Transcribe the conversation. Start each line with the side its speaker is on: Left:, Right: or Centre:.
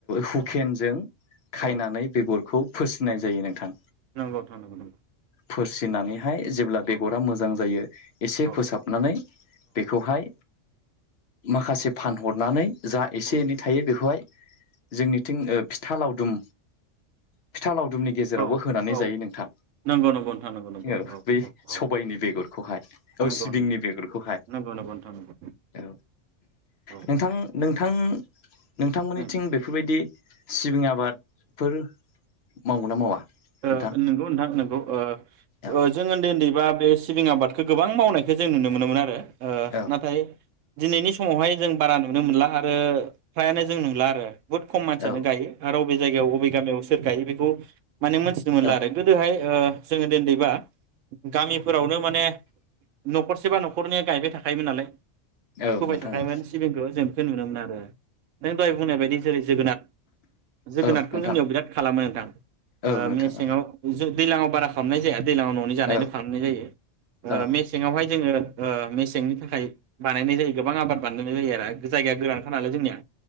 Left: हुकेनजों
Right: औ
Left: खायनानै
Right: औ
Left: बेगरखौ फोसिनाय जायो नोंथां
Right: नंगौ थांनांगौ नंगौ
Left: फोरसिनानै बे जेब्ला
Right: औ
Left: बेगरा मोजां जायो एसे
Right: औ
Left: फोसाबनानै बेखौहाय माखासे फानहरनानै जो एसे
Right: औ
Left: एनै थायो बेखौहाय जोंनिथिं ओ फिथा लावदुम फिथा लावदुम रुमनि गेजेराव
Right: औ
Left: होनानै
Right: औ
Left: जायो नोंथां
Right: नंगौ नंगौ नोंथां नंगौ नंगौ
Left: औ बै
Right: औ
Left: सबायनि
Right: औ
Left: बेरखौहाय औ
Right: नंगौ
Left: सिबिंनि
Right: नंगौ
Left: बेगरखौहाय
Right: नंगौ नंगौ नोंथां नंगौ
Left: औ
Right: औ
Left: नोंथां ओ नोंथांमोननिथिं
Right: उम
Left: बेफोरबायदि सिबिं आबादफोर मावो ना मावा नोंथां
Right: ओ नोंगौ नोंथां नोंगौ
Left: औ
Right: ओ जों उन्दै उन्दैबा बे सिबिं आबाद खौ गोबां मावनायखौ जों नुनो मोनोमोन आरो। ओ
Left: औ
Right: नाथाय दिनैनि समावहाय जों बारा नुनो मोनला आरो। फ्रायानो जों नुला आरो बुहुत खम मानसियानो
Left: औ
Right: गायो आरो बबे जायगायाव अबे गामियाव सोर गायो बे गु माने मोनथिनो मोनला
Left: औ
Right: आरो गोदोहाय ओ जोङो उन्दैबा गामि फोरावनो माने न'खरसेबा नख न'खरनिया गायबाय थाखायोमोन नालाय।
Left: औ
Right: फोबाय
Left: नोंथां
Right: थाखायोमोन
Left: औ
Right: सिबिंखौ जों बेखौ नुनो मोन आरो नों दहाय बुंनाय बायदि जेरै जोगोनाद जोगोनादखौ
Left: औ नोंथां
Right: जोंनियाव बिराद खालामो नोंथां।
Left: औ
Right: ओ
Left: नोंथां
Right: मेसेंङाव
Left: औ
Right: दैलाङाव बारा खामनाय जाया। दैलांङाव न'नि जानायल'
Left: औ
Right: खामनाय जायो ओ
Left: औ
Right: मेसेंङावहाय जोङो। ओ मेसेंनि थाखाय बानायनाय जायो गोबां आबाद बानाय जायो आरो जायगाया गोरानखा नालाय जोंनिया